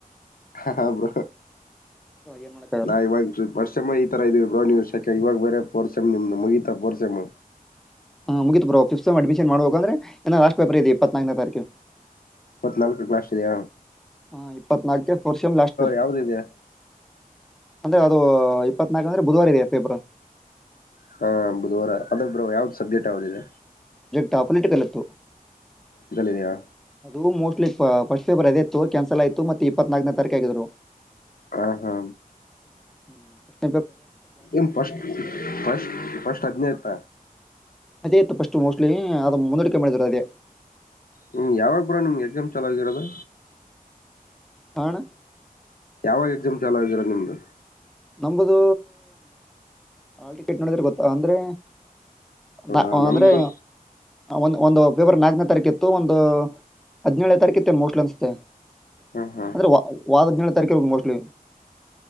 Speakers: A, on the left; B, in the centre.
A: ಹ ಬ್ರೋ
B: ಏನ್ ಮಾಡಕ್ಕಾಗಲ್ಲ
A: ನಾ ಇವಾಗ ವರ್ಷಮ ಈ ತರ ಇದ್ವಿ ಬ ನೀವು ಇವಾಗ ಬೇರೆ ಪೋರ್ಸೆಮ್ ನಿಮ್ದು ಮುಗಿತಾ ಪೋರ್ಸೆಮ್
B: ಹ ಮುಗೀು ಬ ಫ್ ಅಡ್ಮಿಷನ್ ಮಾಡ್ ಹ ಅಂದ್ರೆಏ ಲಾಸ್ಟ್ ಪೇಪರ್ ಇದೆಪ್ಪತ್ನಾಲ್ನೇ ತಾರೀು
A: ಇಪ್ಪತ್ನಾಲ್ಕು ಕ್ಲಾಸ್ದೆ
B: ಹಾ ಇಪ್ಪತ್ನಾಲ್ಕ ಫೋರ್ಮ್ ಲಾಸ್ ಪೇಪರ್ಂದೆ
A: ಯಾವ್ದಿದೆ
B: ಅದು ಇಪ್ಪತ್ನಾಲ್ಕ ಅಂದ್ರೆ ಬುಧವಾರ ಇದೆಯಾ ಪೇಪರ್
A: ಹಾ ಬುಧವಾರ ಅದೊ ಬ್ರೋ ಯಾವ್ದು ಸಬ್ಜೆಕ್ಟ್ ಯಾವದಿದೆ
B: ಟಾಪೊಲಿಟಿಕಲ್ಲತ್ತು
A: ಇದೆಯಾ
B: ಅದು ಮೋಸ್ಟ್ಲಿ ಪ ಪಸ ಪೇಪರದೈತ್ತು ಕ್ಯಾನ್ಸಲ್ ಆಯಿತು ಮತ್ತ ಇಪ್ಪತ್ನಾಲ್ಕನೇ ತಾರಿಕ ಆಗರು
A: ಹ ಹಾ
B: ಹ್ಮ್
A: ಎನ್ ಫಸ್ಟ್ ಫಸ್ಟ್ ಫಸ್ಟ್ ಅಜ್ಞಾತ
B: ಅದೇ ಇತ್ತು ಫಸ್ಟ್ ಮೋಸ್ಟ್ಲಿ ಅದು ಮುಂದಡಿಕೆ ಮಾಡಿದ್ರು ಅದೇ
A: ಹ್ಮ್ ಯಾವಾಗ ಬ್ರೋ ನಿಮ್ಗೆ ಕ್ಸಾಮ್ ಚೆಲು ಆಗಿರೋದು
B: ಆಣ
A: ಯಾವಾಗ ಎಕ್ಸಾಮ್ ಚಲು ಆಗಿರೋದ ನಿಮ್ದು
B: ನಂಬುದು ಆಟಿಕೆಟ್ ನೋಡಿದ್ರೆ ಗೊತ್ತಾ ಅಂದ್ರೆ
A: ಹೌದಾ
B: ನಾ
A: ನಮ್ದು
B: ಅಂದ್ರೆ ಒಂದ ಒಂದು ಫೆಬ್ರರ್ ನಾಲ್ಕನೇ ತಾರೀಕು ಇತ್ತು ಒಂದು ಹದಿನೇಳನೇ ತಾರೀಕು ಇತ್ತು ಮೋಸ್ಟ್ಲ್ ಅನ್ಸುತ್ತೆ
A: ಹಾ ಹಾ
B: ಅಂದ್ರೆ ವಾಗದ ದಿನ ತಾರಿಕ ಮೋಸ್ಟ್ಲಿ